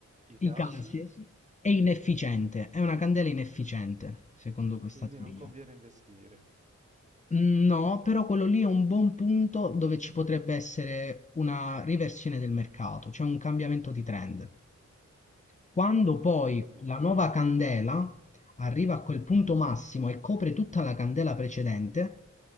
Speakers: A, on the right (about 25°); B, on the left (about 25°).
A: i casi
B: I casi è inefficiente, è una candela inefficiente, secondo questa
A: Quindi
B: teoria.
A: non conviene investire.
B: Mm, No, però quello lì è un buon punto dove ci potrebbe essere una riversione del mercato, cioè un cambiamento di trend.
A: Mm,
B: Quando poi
A: ho capito.
B: la nuova candela arriva a quel punto massimo e copre tutta la candela precedente,